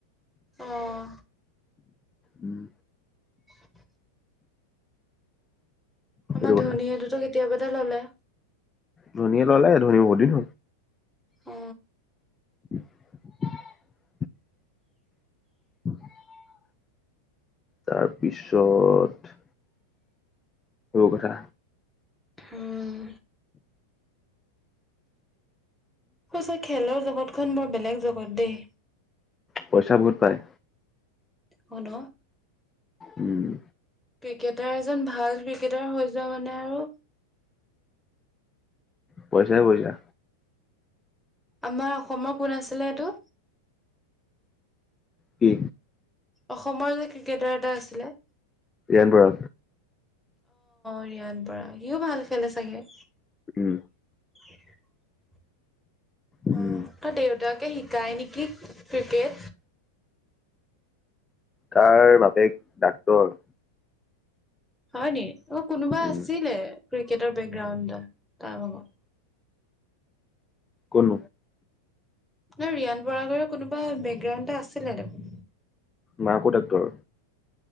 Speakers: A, in the centre; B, on the left (about 15°).
A: অহ,
B: উম,
A: <unintelligible>
B: সেইটো
A: আমাৰ ধনীয়েটোতো
B: কথা
A: কেতিয়াবাতে ললে।
B: ধনীয়ে ল'লাই ধোনী ম বল ন।
A: অ
B: <unintelligible> <unintelligible> তাৰপিছত। সব কথা
A: উম সঁচা হৈছে খেলৰ জগতখন বৰ বেলেগ জগত দেই।
B: পইচা বহুত পায়
A: হয় ন
B: উম,
A: ক্ৰিকেটাৰ এজন ভাল ক্ৰিকেটাৰ হৈ যোৱা মানে আৰু।
B: পইচাই- পইচা
A: আমাৰ অসমৰ কোন আছিলে এইটো
B: কি
A: অসমৰ যে ক্ৰিকেটাৰ এটা আছিলে
B: জঞান পৰা
A: হৰিয়ান পৰা সিও ভাল খেলে চাগে
B: উম
A: উ
B: উম
A: উ তই দেউতাকে শিকাই নেকি ক্ৰিকেট
B: কাৰ বাপেক ডাক্তৰ
A: হয় নি অ কোনোবা
B: উম
A: আছিলে ক্ৰিকেটৰ বেকগ্ৰাউণ্ডটা তাৰ আত
B: কন
A: ন ৰিয়ান বগ কোনোবা বেকগ্ৰাউণ্ড এটা আছিলে দেখোন
B: মাকো ডাক্তৰ